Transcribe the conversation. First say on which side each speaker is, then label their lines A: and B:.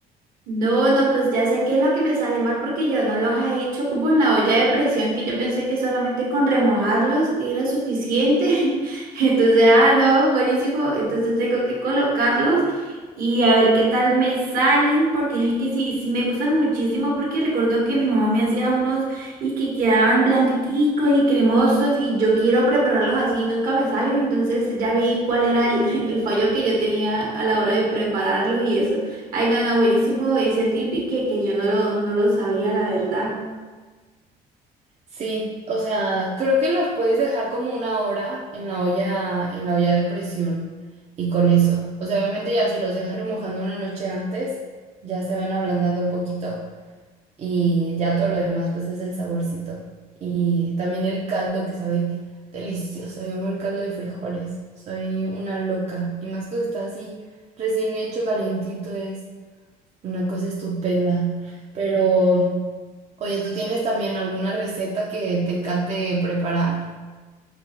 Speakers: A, on the right; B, on the right.
A: No, no, pues ya sé qué es lo que me sale mal porque yo no los he hecho como en la olla de presión que yo pensé que solamente con remojarlos era suficiente. <laughs> Entonces, ah, no, buenísimo. Entonces tengo que colocarlos y a ver qué tal me salen porque es que sí, sí me gustan muchísimo porque recuerdo que mi mamá me hacía unos y que quedaban blanditicos y cremosos y yo quiero prepararlos así y nunca me salen. Entonces ya vi cuál era el, <laughs> el fallo que yo tenía a la hora de prepararlos y eso. Ay, no, no, buenísimo ese tip y que, que yo no lo, no lo sabía, la verdad.
B: Sí, o sea, creo que los puedes dejar como una hora en la olla, en la olla de presión y con eso. O sea, obviamente ya si los dejas remojando una noche antes, ya se van ablandando poquito. y ya todo lo demás pues es el saborcito. Y también el caldo que sabe delicioso, yo amo el caldo de frijoles, soy una loca y más cuando está así recién hecho calientito es una cosa estupenda. Pero oye, ¿tú tienes también alguna receta que te encante preparar?